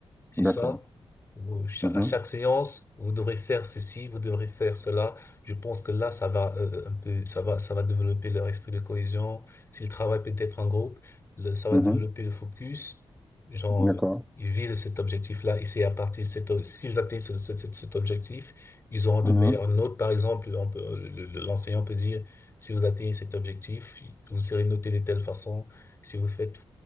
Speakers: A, on the left; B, in the centre.
A: C'est
B: D'accord.
A: ça. Vous- cha-
B: Mhm.
A: à chaque séance, vous devrez faire ceci, vous devrez faire cela. Je pense que là, ça va euh, euh, un peu, ça va, ça va développer leur esprit de cohésion. S'ils travaillent peut-être en groupe, le- ça va
B: Mhm.
A: développer le focus. Genre,
B: D'accord.
A: euh, ils visent cet objectif-là et c'est à partir de cet, o- s'ils atteignent ce- ce- ce- cet objectif, ils auront de
B: Mhm.
A: meilleures notes. Par exemple, on peut, le- le- l'enseignant peut dire, si vous atteignez cet objectif, vous serez noté de telle façon. Si vous faites,